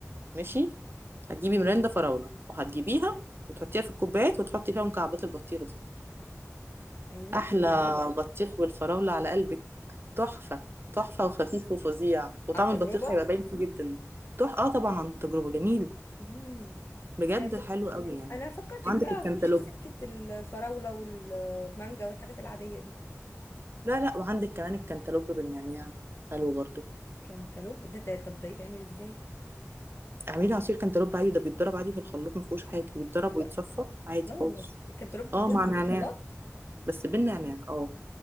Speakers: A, on the right; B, on the left.
A: ماشي هتجيبي مرندة فراولة وهتجيبيها وتحطيها في الكوبايات وتحطي فيها مكعبات البطيخ دي
B: أيوه
A: أحلى
B: تقلب ايه بقى
A: بطيخ بالفراولة على قلبك تحفة تحفة وخفيف وفظيع وطعم
B: عن تجربة
A: البطيخ هيبقى باين فيه جدا تح اه طبعا عن تجربة جميل
B: مم.
A: بجد
B: أنا كنت
A: حلو قوي يعني
B: أنا فكرتك
A: وعندك
B: بقى
A: الكنتالوب
B: هنخش في سكة ال- الفراولة والمانجا والحاجات العادية دي
A: لا لا وعندك كمان الكنتالوب بالنعناع حلو برضو
B: كانتالوب ده, ده طب ده يتعمل ازاي؟
A: اعملي عصير كنتالوب عادي ده بيتضرب عادي في الخلاط ما فيهوش حاجة بيتضرب
B: لا
A: ويتصفى عادي
B: لا
A: خالص
B: والله الكنتالوب بيتضرب
A: اه مع
B: في
A: نعناع
B: الخلاط
A: بس بالنعناع اه